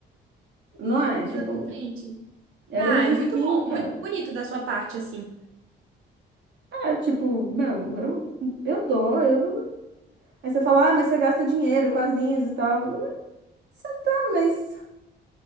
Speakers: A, on the right; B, on the right.
A: Não é? Tipo,
B: Exatamente.
A: eram
B: Ah,
A: uns de
B: é muito bom,
A: cara.
B: muito bonito da sua parte, assim.
A: É, tipo, meu, eu, eu dou, eu não. Aí você fala, ah, mas você gasta dinheiro com as linhas e tal. Você tá, mas